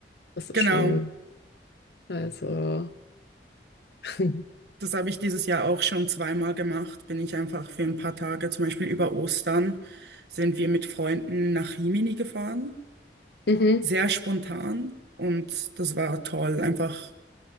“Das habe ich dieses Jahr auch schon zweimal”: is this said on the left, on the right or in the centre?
Right